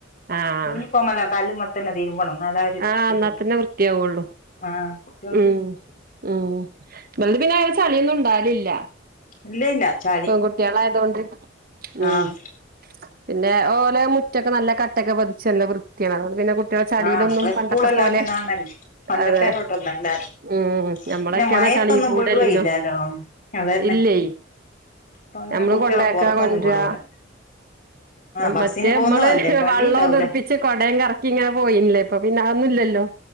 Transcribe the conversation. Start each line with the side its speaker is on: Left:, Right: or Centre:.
Right: ആഹ്
Left: യൂണിഫോമെല്ലാ കല്ല്മ്മത്തന്നെ തിരുമ്പണം എന്നാലേ ഒരു
Right: ആഹ്
Left: ഇത്
Right: ന്നാതന്നെ
Left: കിട്ടും
Right: വൃത്തിയാവോള്ളു
Left: ആഹ് കുട്ടികൾക്ക്
Right: ഉം ഉം ഇവള്ത് പിന്നെ അയിമ്മെ ചളിയൊന്നും ഇണ്ടാവലില്ലാ
Left: ഇല്ല ഇല്ല ച
Right: പെൺകുട്ടിയളായതോണ്ട് ഉം
Left: ആഹ്
Right: പിന്നെ ഓലെ മുറ്റൊക്കെ നല്ല കട്ടക്കെ പതി ച്ച് നല്ലെ വൃത്തിയാണ് അതുകൊണ്ട് പിന്നെ കുട്ടിയള് ചളിയിലൊന്നും
Left: ആഹ് ഇപ്പ
Right: പണ്ടത്തെ
Left: സ്കൂളെല്ലാം
Right: പോലെ
Left: അങ്ങനാന്നല്ലോ പണ്ടത്തേന്റൊട്ടൊന്നല്ലാലോ
Right: അതെ ഉം ഞമ്മളൊക്കേർഞ്ഞ
Left: പിന്നെ മയത്തൊന്നും
Right: ചളിക്കൂടെല്ലേന്യോ
Left: വിടുവേയില്ലാലോ അതന്നെ
Right: ഇല്ലേ
Left: ഇപ്പൊ അങ്ങനെ
Right: ഞമ്മള്
Left: കുട്ടികളെ
Right: കൊണ്ടയാക്കാ
Left: പുറത്തൊന്നും
Right: കൊണ്ട്ര്യാ
Left: വിടൂല
Right: ആഹ്
Left: ബസ്സിന്
Right: മറ്റേമ്മള്
Left: പോവുന്നതല്ലേ വണ്ടി
Right: വള്ളോം
Left: ഉണ്ടാവൂല
Right: തെറ്പ്പി ച്ച് കൊടേം കറക്കി ഇങ്ങനെ പോയിന്ല്ലേ ഇപ്പ പിന്നെ അവൊന്നും ഇല്ലല്ലോ